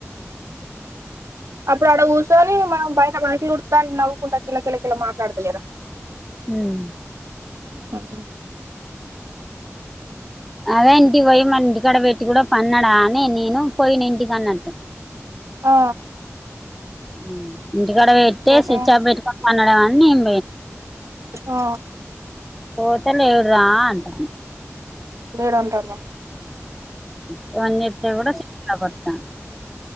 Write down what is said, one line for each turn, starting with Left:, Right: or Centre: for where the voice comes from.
Right: అప్పుడు అడ కూర్చోని మనం బయట వాకిలి ఉడుత్తాం అని నవ్వుకుంటా కిల్లకిలకిల మాట్లాడతలేదా.
Centre: ఉమ్
Right: అన్నం
Centre: అదే ఇంటికి పోయి మన ఇంటి కడ పెట్టి కూడా పన్నడా అని నేను పోయిన ఇంటికి అన్నట్టు
Right: ఆ
Centre: ఉనా ఊ ఇంటికాడ పెట్టి
Right: పోతే
Centre: స్విచ్ ఆప్ పెట్టుకొని పండడేమో అని నేను
Right: ఆ
Centre: పోయిన ఇత్తనే ఏ రా అంట
Right: లేేడంటారు
Centre: ఫోన్ చేస్తే కూడా స్విచ్ ఆఫ్ వత్తంది.